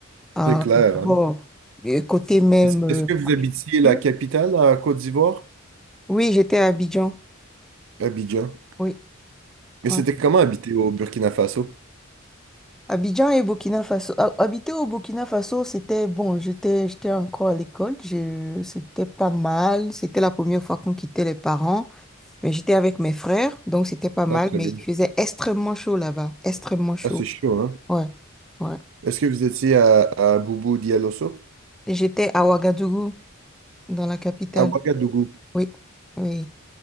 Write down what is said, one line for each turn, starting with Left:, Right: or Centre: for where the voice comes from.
Centre: Ah,
Right: C'est clair,
Centre: d'abord,
Right: hein?
Centre: euh, côté même...
Right: Est-ce
Centre: euh,
Right: est-ce que vous habitiez la
Centre: oui,
Right: capitale à Côte d'Ivoire?
Centre: Oui, j'étais à Abidjan.
Right: Abidjan.
Centre: Oui,
Right: Mais
Centre: ouais.
Right: c'était comment habiter au Burkina Faso?
Centre: Abidjan et Burkina Faso. Ha- Habiter au Burkina Faso, c'était bon. J'étais, j'étais encore à l'école. Je, c'était pas mal. C'était la première fois qu'on quittait les parents. Mais j'étais avec mes frères, donc c'était pas mal.
Right: Ah, très
Centre: Mais
Right: bien.
Centre: il faisait extrêmement chaud là-bas. Extrêmement chaud.
Right: Ah, c'est chaud, hein?
Centre: Ouais, ouais.
Right: Est-ce que vous étiez à, à Boubou Dialosso?
Centre: Et J'étais à Ouagadougou, dans la capitale.
Right: À Ouagadougou.
Centre: Oui, oui.